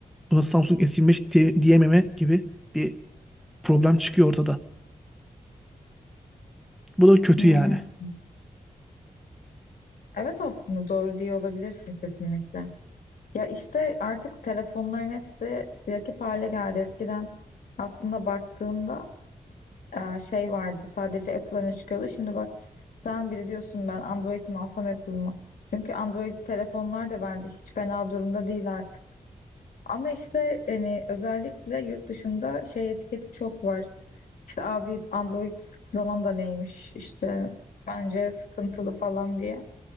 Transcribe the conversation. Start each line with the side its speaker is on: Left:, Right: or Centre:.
Centre: buna Samsung S25 diye- diyememe gibi bir problem çıkıyor ortada. Bu da kötü
Left: Hmm.
Centre: yani.
Left: Evet aslında doğru diye olabilirsin kesinlikle. Ya işte artık telefonların hepsi rakip hale geldi. Eskiden aslında baktığında e, şey vardı sadece Apple öne çıkıyordu. Şimdi bak sen bile diyorsun ben Android mi alsam Apple mı? Çünkü Android telefonlar da bence hiç fena durumda değil artık. Ama işte hani özellikle yurt dışında şey etiketi çok var. İşte abi Android kullanan da neymiş işte bence sıkıntılı falan diye.